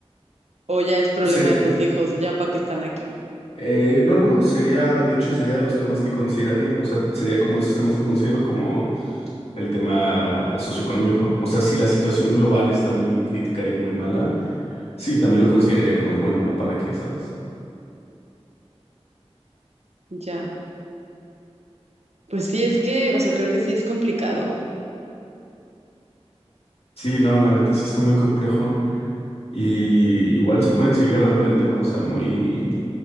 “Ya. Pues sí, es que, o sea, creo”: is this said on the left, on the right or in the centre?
Right